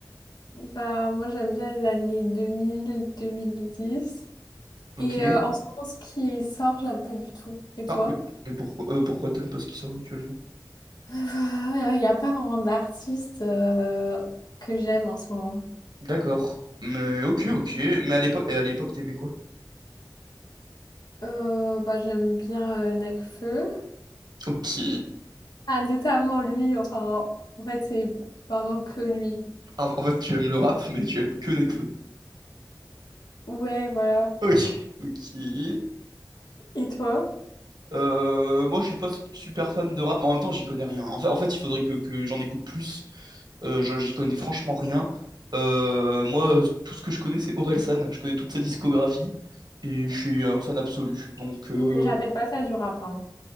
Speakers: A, on the left; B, on the right.
A: Bah, moi, j'aime bien les années deux deux mille mille dix
B: Ok.
A: Et euh, en ce moment, ce qui sort, j'aime pas du tout. Et toi?
B: Ah, et, et pourquoi, euh, pourquoi t'aimes pas ce qui sort actuellement?
A: Il n'y a pas vraiment d'artiste euh, que j'aime en ce moment.
B: D'accord. Mais ok, ok. Mais à l'époque, et à l'époque, t'aimais quoi?
A: Euh, bah, j'aime bien euh, Nekfeu.
B: Ok.
A: Ah, notamment lui, enfin, en fait, c'est vraiment que lui.
B: En, en fait, tu aimes le rap, mais tu aimes que Nekfeu.
A: Ouais, voilà.
B: Ok. Ok.
A: Et toi?
B: Euh, moi, je suis pas super fan de rap, mais en même temps, j'y connais rien. En fait, en fait, il faudrait que, que j'en écoute plus. Euh, je- j'y connais franchement rien. Euh, moi, tout ce que je connais, c'est Orelsan. Je connais toute sa discographie et je suis un fan absolu. Donc, euh,
A: Mais j'appelle pas ça du rap, hein.